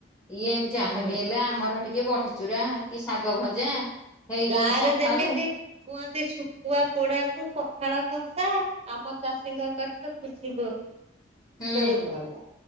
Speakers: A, on the left (about 20°); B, on the right (about 35°).
A: ଇଏ ଯାହାବି
B: ହୁଁ
A: ହେଲେ ଆମର ଟିକେ ବଢିଚୁରା କି ଶାଗ ଭଜା ହେଇ
B: ଗାଁ
A: ସକାଳୁ
B: ରେ ଯେମିତି କୁହନ୍ତି ଶୁଖୁଆ ପୋଡାକୁ ପଖାଳ କଂସା ଆମ ଚାଷୀଙ୍କ କଥା ବୁଝିବ କିଏ
A: ହୁଁ
B: ସେଇଭଳିଆ।